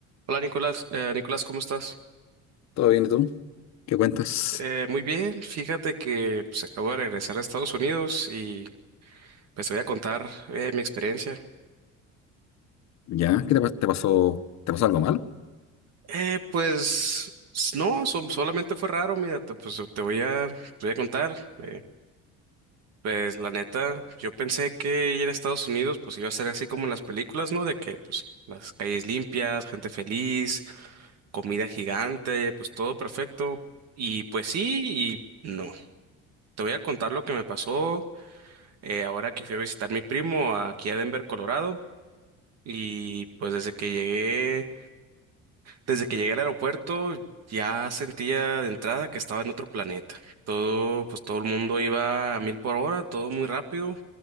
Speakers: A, on the right; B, on the left.
A: Hola Nicolás, Eh, Nicolás, ¿cómo estás?
B: ¿Todo bien y tú? ¿Qué cuentas?
A: Eh, muy bien, fíjate que pues, acabo de regresar a Estados Unidos y pues te voy a contar eh, mi experiencia.
B: ¿Ya? ¿Qué te, pa- te pasó? ¿Te pasó algo malo?
A: Eh, pues s- no, so- solamente fue raro, mira, te, pues te voy a, te voy a contar. Eh, pues la neta, yo pensé que ir a Estados Unidos pues iba a ser así como en las películas, ¿no? De que pues las calles limpias, gente feliz, comida gigante, pues todo perfecto. Y pues sí y no. Te voy a contar lo que me pasó. eh, ahora que fui a visitar a mi primo aquí a Denver, Colorado, y pues desde que llegué, desde que llegué al aeropuerto, ya sentía de entrada que estaba en otro planeta. Todo, pues todo el mundo iba a mil por hora, todo muy rápido,